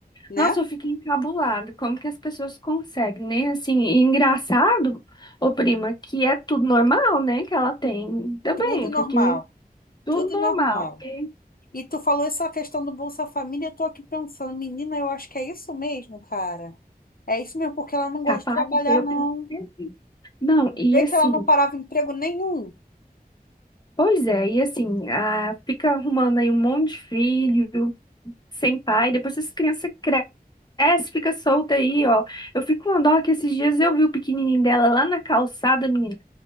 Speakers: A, on the left; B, on the left.
A: né?
B: Nossa, eu fiquei encabulada. Como que as pessoas conseguem, né? Assim, e engraçado, ô prima, que é tudo normal, né? Que ela tem. Ainda
A: Tudo
B: bem,
A: normal.
B: porque tudo
A: Tudo
B: normal.
A: normal.
B: porque
A: E tu falou essa questão do Bolsa Família, eu tô aqui pensando, menina, eu acho que é isso mesmo, cara. É isso mesmo, porque ela não gosta
B: Capaz
A: de trabalhar,
B: de ser, eu
A: não.
B: tenho certeza. Não, e
A: Vê
B: assim,
A: que ela não parava emprego nenhum.
B: pois é, e assim, ah, fica arrumando aí um monte de filho. sem pai, depois essa criança cresce, fica solta aí, ó. Eu fico com uma dó que esses dias eu vi o pequenininho dela lá na calçada, menina.